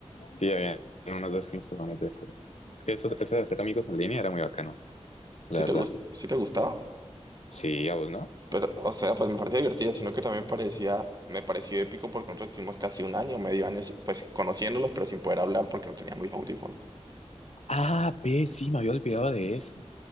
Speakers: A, on the left; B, on the right.
A: Sí, había unos dos que nos topamos de eso. Es que eso, eso de hacer amigos en línea era muy bacano, la
B: ¿Sí
A: verdad.
B: te gus- sí te gustaba?
A: Sí, a vos, ¿no?
B: Pero, o sea, pues me parecía divertido, sino que también parecía, me pareció épico porque nosotros estuvimos casi un año, medio año, si- pues conociéndolos, pero sin poder hablar porque no teníamos los audífonos.
A: Ah, ve, sí, me había olvidado de eso.